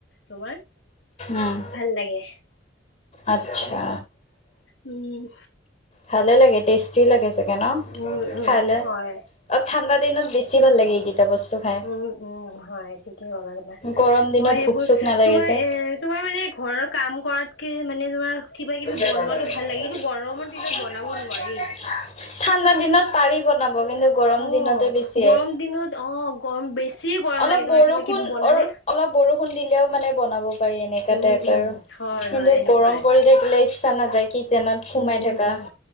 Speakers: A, on the left; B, on the left.
A: তোমাৰ।
B: উম
A: ভাল লাগে।
B: আচ্ছা।
A: উম'।
B: ভালে লাগে টেষ্টি লাগে চাগে ন
A: উম উম
B: খাইলে?
A: হয়
B: অ, ঠাণ্ডাত দিনত বেছি ভাল লাগে এই কিতা বস্তু। খাই
A: উম'-উম', হয় ঠিক কলা তোমাৰ
B: গৰম দিনত
A: মই এইবোৰ
B: ভোক চোক নালাগে
A: তোমাৰ
B: যে
A: এ তোমাৰ মানে ঘৰৰ কাম কৰাতকে মানে তোমাৰ কিবা কিবি
B: <unintelligible>
A: বনোৱাটো ভাল লাগে কিন্তু গৰমৰ দিনত বনাব নোৱাৰি
B: ঠাণ্ডা দিনত পাৰি বনাব কিন্তু গৰম
A: অ'
B: দিনতে বেছিয়ে।
A: গৰম দিনত অ' গৰম বেছি গৰম
B: অলপ
A: লাগে তোমাৰ
B: বৰষুণ
A: কিবা কিবি বনালে।
B: অ-অলপ বৰষুণ দিলেও মানে বনাব পাৰি
A: উম,
B: এনেককাা টাইপ
A: উম,
B: আৰু
A: হয়,
B: কিন্তু
A: হয়, এনেকুৱাই।
B: গৰম পৰি থাকিলে ইচ্ছা নাযায়। কিচেনত সোমাই
A: উম,
B: থকা।
A: উম,